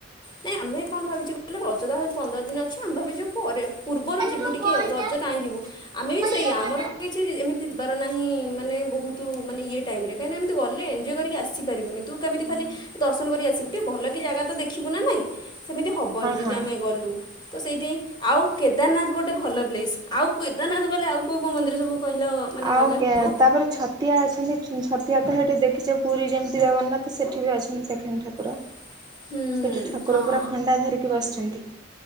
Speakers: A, on the left; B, on the right.
A: ନାଇଁ ଆମେ କଣ ଭାବିଛୁ କହିଲ ରଜତ ଆହୁରି ପନ୍ଦର ଦିନ ଅଛି ଆମେ ଭାବିଛୁ ପରେ, ପୂର୍ବରୁ ଯିବୁ
B: ମୋ
A: ଟିକେ
B: ବଲ୍
A: ଆଉ ରଜ
B: ଟା
A: କାହିଁ ଯିବୁ। ଆମେ ବି
B: ମୋ
A: ସେଇୟା
B: ଇଏ ବଲ୍
A: ଆମର
B: ଟା।
A: ସେ୍ କିଛି ଏମିତି ବାର ନାହିଁ ମାନେ ବହୁତୁ ମାନେ ଇଏ ଟାଇମରେ କାହିଁକିନା ଏମିତି ଗଲେ ଏଞ୍ଜୟ କରିକି ଆସିପାରିବୁନି ତୁ କେମିତି
B: ହଁ
A: ଖାଲି ଦର୍ଶନ କରି ଆସିବୁ, ଟିକେ ଭଲ କି ଜାଗା ତ ଦେଖିବୁ ନା ନାଇଁ। ସେମିତି ହେବନି ଯଦି
B: ହଁ। ହଁ।
A: ଆମେ ଗଲୁ ତ ସେଇଥିଆଇଁ ଆଉ କେଦାରନାଥ ଗୋଟେ ଭଲ ପ୍ଲେସ୍ ଆଉ କେଦାରନାଥ ଗଲେ ଆଉ କୋଉ କୋଉ ମନ୍ଦିର ସବୁ କହିଲ? ମାନେ
B: ଆଉ
A: ଗଲେ
B: କେ
A: ହବ
B: ତାପରେ ଛତ୍ ତିଆ ଅଛନ୍ତି। ଛତିଆ ତ ସେଠି ଦେଖିଛେ ପୁରୀ ଯେମିତି ଜଗନ୍ନାଥ ସେଇଠି ବି ଅଛନ୍ତି ସେକେନ୍ଡ୍ ଠାକୁର।
A: <inaudible>
B: ସେଠି ଠାକୁର
A: ହଁ
B: ପୁରା ଖଣ୍ଡା ଧରିକି ବସିଛନ୍ତି।